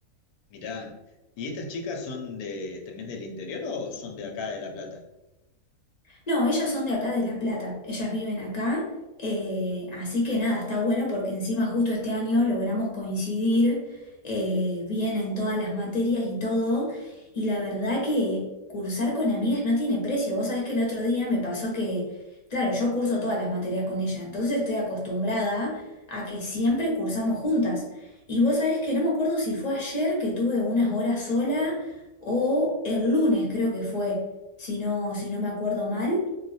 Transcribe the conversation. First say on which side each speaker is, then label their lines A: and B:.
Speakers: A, on the left; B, on the left.
A: mirá, ¿y estas chicas son de, también del interior o son de acá de La Plata?
B: No, ellas son de acá de La Plata, ellas viven acá, eh, así que nada, está bueno porque encima justo este año logramos coincidir eh, bien en todas las materias y todo, y la verdad que cursar con amigas no tiene precio. Vos sabés que el otro día me pasó que, claro, yo curso todas las materias con ella, entonces estoy acostumbrada a que siempre cursamos juntas. Y vos sabés que no me acuerdo si fue ayer que tuve unas horas sola o el lunes creo que fue si no, si no me acuerdo mal,